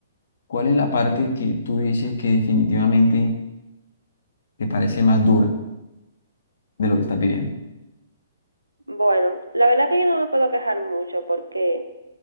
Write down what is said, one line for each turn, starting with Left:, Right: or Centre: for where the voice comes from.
Left: ¿cuál es la parte que tú dices que definitivamente te parece más dura de lo que estás viviendo.
Right: Bueno, la verdad que yo no me puedo quejar mucho porque